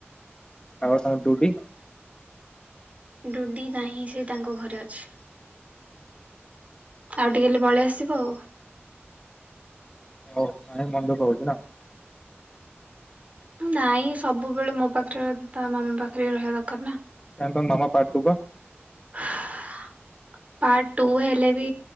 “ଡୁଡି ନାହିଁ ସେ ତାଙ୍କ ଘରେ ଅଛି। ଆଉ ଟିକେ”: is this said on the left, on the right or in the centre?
Right